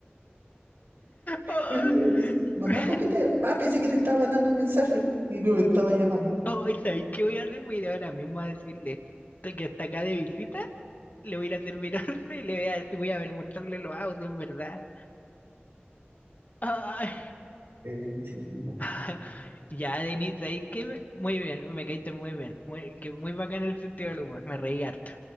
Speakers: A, on the left; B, on the right.
A: oh.
B: Y tú dices, Mamá,
A: <laughs>
B: coquete. Ah, pensé que te estaba mandando un mensaje y no me estaba llamando.
A: Oh, ¿sabéis qué voy a hacer? Voy a ir ahora mismo a decirle "Estoy que está acá de visita, le voy a ir a servir <laughs> once y le voy a, voy a ver, mostrarle los audios, ¿verdad? Ay.
B: Eh, sí, po.
A: <laughs> Ya, Denis, ¿sabéis qué? Me- Muy bien, me caíste muy bien. Muy, que muy bacán el sentido del humor, me reí harto.